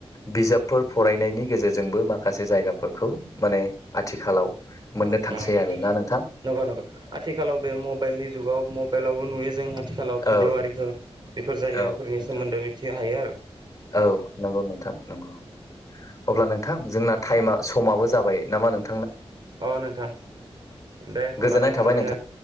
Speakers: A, on the left; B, on the right.
A: बिजाबफोर फरायनायनि गेजेरजोंबो माखासे जायगाफोरखौ माने आथिखालाव मोननो
B: अ
A: थांसै
B: अ
A: आरो ना नों
B: नंगौ नंगौ। आथिखालाव बे मबेलनि जुगाव मबेलावबो नुयो जों आथिखालाव भिदिअ'
A: औ
B: आरिखौ। बेफोर जायगाफोरनि
A: औ नोंथां।
B: सोमोन्दै मिथि हायो आरो
A: औ नंगौ नोंथां नंगौ। अब्ला नोंथां जोंना थाइमा समाबो जाबाय नामा नों
B: अ नोंथां। दे होमबा
A: गोजोननाय
B: नोंथां
A: थाबाय
B: जोंङो